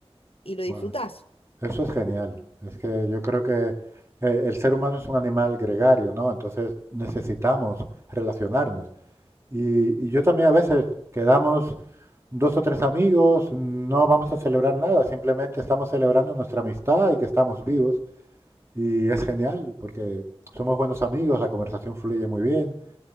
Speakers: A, on the left; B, on the right.
A: y lo disfrutás.
B: Bueno, Eso es genial. Es que yo creo que eh, el ser humano es un animal gregario, ¿no? Entonces necesitamos relacionarnos. Y, y yo también a veces quedamos dos o tres amigos, no vamos a celebrar nada, simplemente estamos celebrando nuestra amistad y que estamos vivos. Y es genial porque somos buenos amigos, la conversación fluye muy bien